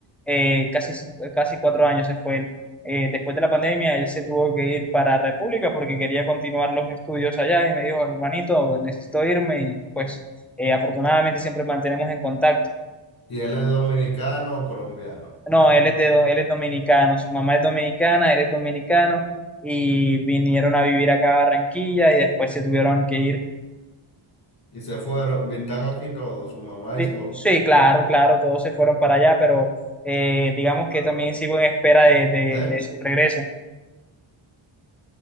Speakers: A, in the centre; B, on the left.
A: eh, casi, cinco- casi cuatro años se fue él. Eh, después de la pandemia él se tuvo que ir para República porque quería continuar los estudios allá y me dijo, hermanito, necesito irme y pues eh, afortunadamente siempre mantenemos en contacto.
B: Y él es dominicano o colombiano.
A: No, él es de, do- él es dominicano, su mamá es dominicana, él es dominicano y vinieron a vivir acá a Barranquilla y después se tuvieron que ir.
B: Y se fueron, están aquí todos, su mamá
A: Sí,
B: y su papá,
A: sí, claro, claro, todos se fueron para allá, pero eh, digamos que también
B: todos.
A: sigo en espera de, de-
B: ¿Eh?
A: de su regreso.